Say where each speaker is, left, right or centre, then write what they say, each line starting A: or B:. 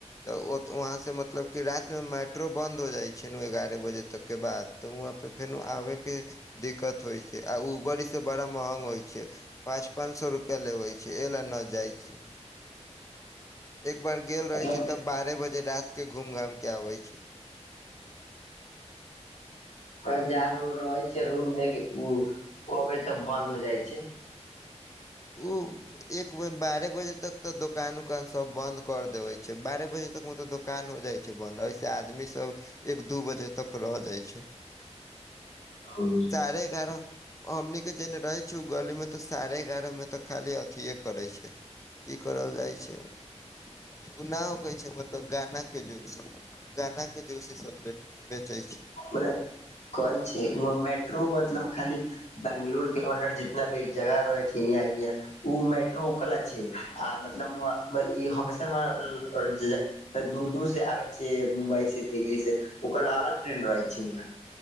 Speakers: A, on the left (about 25°); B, on the left (about 80°).
A: तऽ ओ त वहाँ से मतलब फिर रायतमे मेट्रो बन्द हो जाइ छै न ओ एगारह बजे तक केँ बाद तऽ वहाँपर फेनू आबै केँ दिक्कत होइ छै आ उबर सँ बड़ा महॅंग होइ छै पाँच पाँन सो रुपया लेवय छै ए ला न जाइ छै एक बार गेल रहै
B: मतलब
A: छी तब बारे बज्जे रात के घूम घाम के आबै छी
B: अहाॅं जा र-र- रहै छीयै रूम लेके उ कऽ कहबे तऽ बन्द हो जाइ छै
A: उ एक वे बारै बजे तक तऽ दोकान उकान सब बंद कर देबय छै बारह बजे तकमें तऽ द दुकान हो जाइ छै बन्द अय सॅं आदमी सब एक दू बजे तक रह जाइ छै <inaudible>
B: हूं
A: साढ़े एगारह हमनी के जेने रहे छी उ गली में तऽ साढ़े ए एगारह मऽ तऽ खाली अथिये करै छै की करल जाइ छै <unintelligible> मतलब गन्ना के जूस गन्ना के जूस ई सब बेच्च बेच्चे छै
B: मने कहै छै वहां मेट्रो मतलब खाली बेंगलोर के अडर जे <unintelligible> जगा रहै छी यनां यनां उ मेट्रो उकला छी आ मतलब उ हुंआ ई हमेशा <unintelligible> दूर दूर से आबे छियै मुम्बई से दिल्ली से ओका ल अलग ट्रेन रहै छै उ